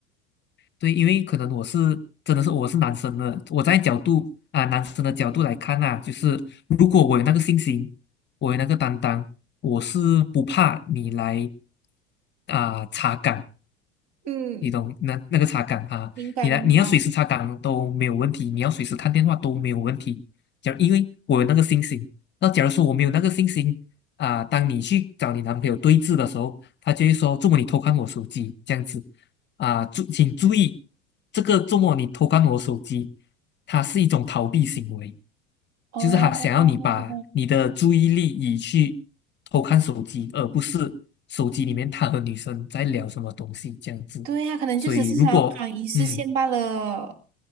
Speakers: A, on the left (about 30°); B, on the right (about 55°).
A: 对，因为可能我是真的是我是男生的，我在角度啊男生的角度来看啊，就是如果我有那个信心，我有那个担当，我是不怕你来啊、查岗，
B: 嗯，
A: 你懂那那个擦杆啊，
B: 明白明白。
A: 你来你要随时擦杆都没有问题，你要随时看电话都没有问题。假如因为我有那个信心，那假如说我没有那个信心啊、当你去找你男朋友对峙的时候，他就会说：“周末你偷看我手机这样子啊，注、请注意，这个周末你偷看我手机，它是一种逃避行为。”
B: 哦，
A: 就是他想要你把你的注意力移去偷看手机，而不是手机里面他和女生在聊什么东西这样子。
B: 对呀，可能就只是想要赶一次线罢了。
A: 所以如果嗯